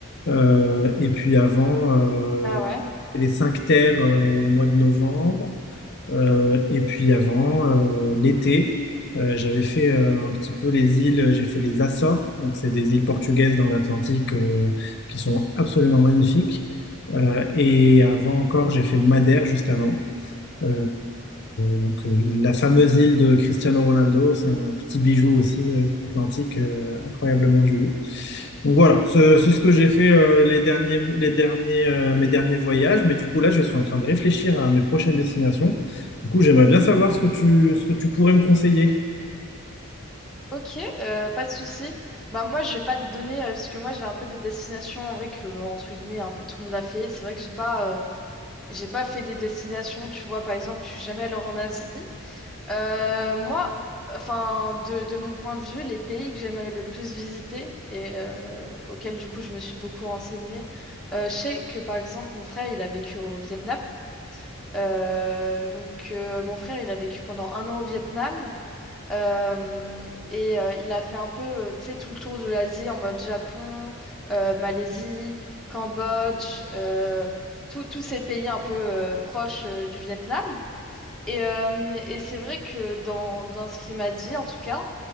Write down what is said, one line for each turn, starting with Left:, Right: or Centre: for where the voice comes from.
Left: Euh, et puis avant, euh,
Centre: Ah ouais.
Left: les cinq terres euh, au mois de novembre. Euh, et puis avant, euh, l'été, euh, j'avais fait euh, un petit peu les îles, j'ai fait les Açores. Donc c'est des îles portugaises dans l'Atlantique euh, qui sont absolument magnifiques. Euh, et avant encore, j'ai fait Madère juste avant. Euh, donc, euh, la fameuse île de Cristiano Ronaldo, c'est un petit bijou aussi euh, atlantique, euh, incroyablement joli. Donc voilà, ce- c'est ce que j'ai fait euh, les derniers, les derniers, euh, mes derniers voyages, mais du coup là, je suis en train de réfléchir à mes prochaines destinations. Du coup, j'aimerais bien savoir ce que tu, ce que tu pourrais me conseiller.
Centre: Ok, euh, pas de souci. Bah moi, je vais pas te donner euh, parce que moi j'ai un peu des destinations en vrai que entre guillemets un peu tout le monde a fait. C'est vrai que j'ai pas euh, j'ai pas fait des destinations. Tu vois, par exemple, je suis jamais allée en Asie. Euh, moi, enfin de de mon point de vue, les pays que j'aimerais le plus visiter et euh, auxquels du coup je me suis beaucoup renseignée. euh, je sais que par exemple mon frère il a vécu au Vietnam. Euh, donc euh, mon frère, il a vécu pendant un an au Vietnam euh, et euh, il a fait un peu, euh, tu sais, tout le tour de l'Asie en mode Japon, euh, Malaisie, Cambodge, euh, tout- tous ces pays un peu euh, proches euh, du Vietnam. Et, euh, et c'est vrai que dans, dans ce qu'il m'a dit, en tout cas,